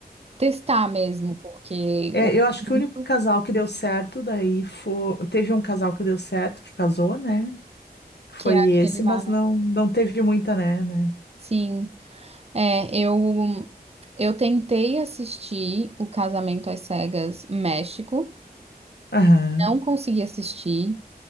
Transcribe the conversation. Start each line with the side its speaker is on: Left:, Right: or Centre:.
Right: testar mesmo, porque
Left: É,
Right: o
Left: eu acho que o único
Right: intuito
Left: casal que deu certo daí foi. Teve um casal que deu certo, que casou, né? Que foi
Right: que é aquele
Left: esse,
Right: lá,
Left: mas
Right: né?
Left: não, não teve muita, né? né?
Right: Sim. É, eu eu tentei assistir o Casamento às Cegas México,
Left: Aham,
Right: não consegui assistir.